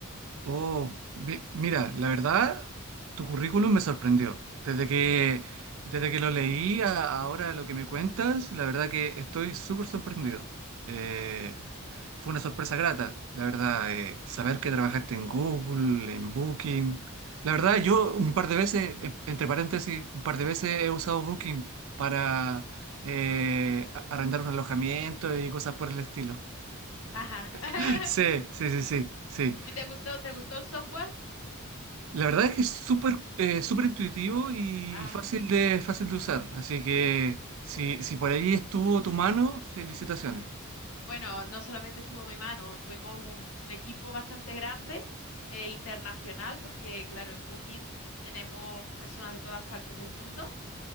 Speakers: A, on the right (about 65°); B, on the left (about 70°).
A: Oh, mi- mira, la verdad, tu currículum me sorprendió. Desde que, desde que lo leí a ahora lo que me cuentas, la verdad que estoy súper sorprendido. Eh, Fue una sorpresa grata, la verdad, eh, saber que trabajaste en Google, en Booking. La verdad, yo un par de veces, en- entre paréntesis, un par de veces he usado Booking para eh, a- arrendar un alojamiento y cosas por el estilo.
B: Ajá. <laughs>
A: <laughs> Sí, sí, sí, sí, sí.
B: ¿Y te gustó, te gustó el software?
A: La verdad es que es súper eh, súper intuitivo y,
B: Ah,
A: y fácil de, fácil de usar. Así que si, si por ahí estuvo tu mano, felicitaciones.
B: bueno, no solamente estuvo en mi mano, fuimos un, un equipo bastante grande, eh, internacional, porque claro, en Booking tenemos personas de todas partes del mundo.